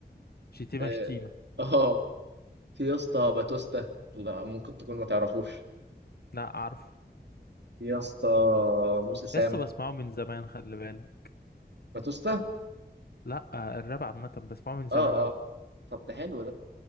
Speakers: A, on the left; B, on the right.
A: شتيمة
B: اه
A: شتيمة
B: آه. في يا اسطى باتوستا لا ممكن تكون ما تعرفوش
A: لا عارفه
B: في يا اسطى موسى سام
A: يا اسطى بسمعه من زمان خلي بالك
B: باتوستا
A: لا آه، الراب عامة بسمعه من زمان
B: اه
A: اوي
B: اه طب ده حلو ده